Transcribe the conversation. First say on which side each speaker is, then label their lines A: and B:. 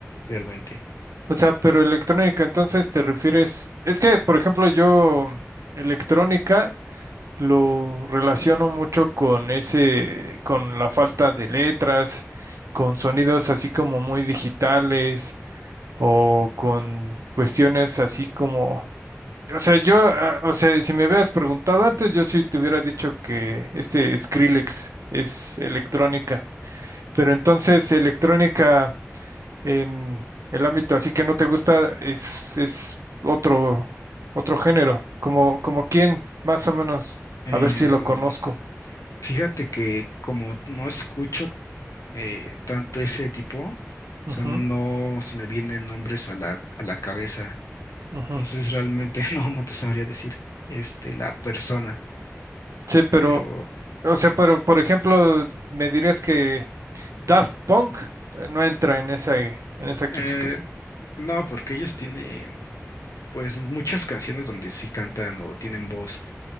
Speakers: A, on the left; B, on the right.
A: realmente.
B: O sea, pero electrónica, entonces te refieres, es que, por ejemplo, yo, electrónica. Lo relaciono mucho con ese, con la falta de letras, con sonidos así como muy digitales o con cuestiones así como, o sea, yo, ah, o sea, si me hubieras preguntado antes, yo sí te hubiera dicho que este Skrillex es electrónica, pero entonces electrónica en el ámbito así que no te gusta es, es otro, otro género, como, como quién, más o menos,
A: Em,
B: a ver si lo conozco.
A: fíjate que como no escucho eh, tanto ese tipo, o
B: Ujú,
A: sea, no se me vienen nombres a la, a la cabeza.
B: ujú.
A: Entonces realmente <laughs> no, no te sabría decir este, la persona,
B: Sí, pero,
A: pero
B: o sea, pero por ejemplo, me dirías que Daft Punk eh, no entra en esa, en esa clasificación.
A: eh, no, porque ellos tienen pues muchas canciones donde sí cantan o tienen voz.